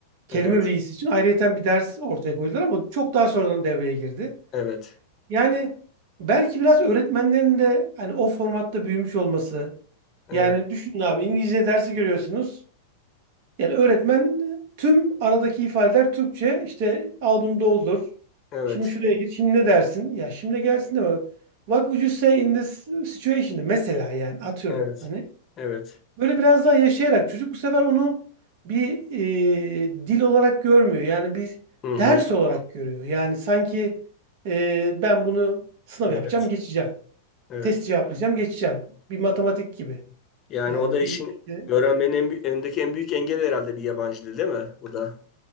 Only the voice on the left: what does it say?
Evet.
Evet.
Evet.
Evet.
Evet.
Evet.
Hı hı.
Evet.
Evet.
Yani
o da işin
öğrenmenin en, bü- önündeki en büyük engel herhalde bir yabancı dil değil mi? Bu da.